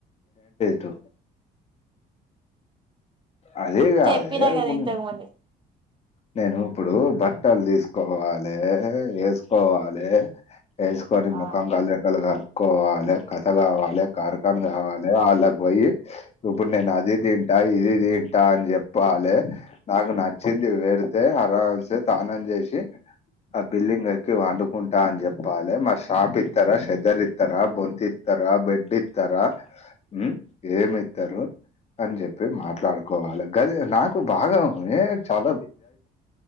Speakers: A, on the left; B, on the right.
A: టు అదే ఇగ
B: చెప్పినా
A: అదే
B: కదా
A: <unintelligible>
B: ఇంతకు ముందు
A: నేను ఇప్పుడు బట్టలు తీసుపోవాలే వేసుకోవాలె వేసుకొని
B: ఆ
A: ముఖం కలక్కలు కడుక్కోవాలి కథ కావాలె కార్ఖాన్ కావాలే వాళ్ళకి పోయి ఇప్పుడు నేను అది తింటా ఇది తింటా అని జేప్ పోవాలే నాకు నచ్చింది వేడితే అరాల్సి తానం జేసి ఆ బిల్డింగ్ ఎక్కి వండుకుంటా అని చెప్పాలే మరి షాప్ ఇత్తర షెద్దర్ ఇత్తర బొంతిత్ త్తర బెడ్ ఇత్తర హ్మ్ ఏం ఇత్తరు అని చెప్పి మాట్లాడుకోవాలె గది నాకు భాగ ఎ చాల